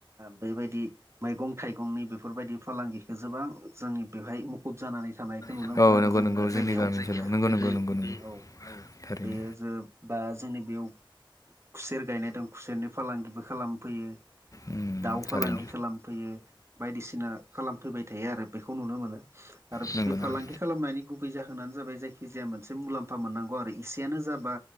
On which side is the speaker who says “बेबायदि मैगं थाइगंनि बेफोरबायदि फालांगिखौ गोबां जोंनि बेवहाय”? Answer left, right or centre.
Right